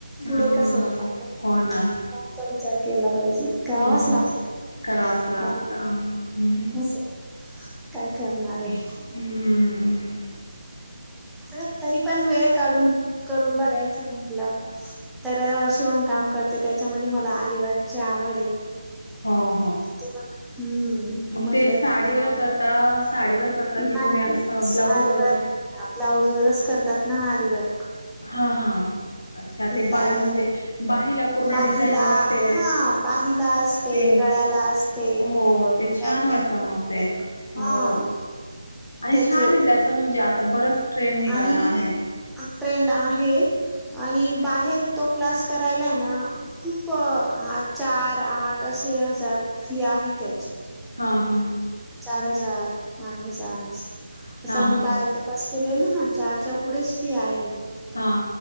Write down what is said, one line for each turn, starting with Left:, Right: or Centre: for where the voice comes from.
Left: हा
Centre: पुढे कस होणार का
Left: हो ना
Centre: त्यांचा विचार केला पाहिजे.. करावाच
Left: हम्म हम्म
Centre: लागतो
Left: करावंच लागत
Centre: आ,
Left: हम्म
Centre: असं काय करणार आहे.
Left: हम्म हम्,
Centre: तर तरी पण वेळ काढून करून बघायच म्हटलं तर शिवण काम करते त्याच्यामध्ये मला आरिव आवड आहे,
Left: हा,
Centre: तेू पण हम्म म्हटलं
Left: ते साडीवर
Centre: पण आज.
Left: करता साडीवर करता की
Centre: नाही
Left: तुम्ही असं
Centre: साडी
Left: ब्लाऊज वगैरे
Centre: वर्क नाही ना ब्लाऊज वरच करतात ना आडी वर्क
Left: हा हा, अच्छा ते बा
Centre: डायरेक्ट
Left: म्हणजे बाहीला पूर्ण
Centre: बाहीला
Left: डिझाईन असते
Centre: हा बाहीला असते
Left: ते,
Centre: गळ्याला असते
Left: हो ते छान
Centre: बॅकनेक
Left: वाटत मग
Centre: फ्रंटनेक
Left: ते,
Centre: हा,
Left: हो आणि
Centre: त्याचे
Left: छान आहे त्याचं म्हणजे आता बरच ट्रेन निघाला
Centre: आणि
Left: आहे.
Centre: ट्रेंड आहे आणि बाहेर तो क्लास करायला आहे ना खूप. ह चार आठ असे हजार फी आहे त्याची,
Left: हा हा,
Centre: चार हजार आठ हजार असं
Left: हा
Centre: आम्ही
Left: हा
Centre: बाहेरच्या, तेलेल ना चारच्या पुढेच फी आहे,
Left: हा,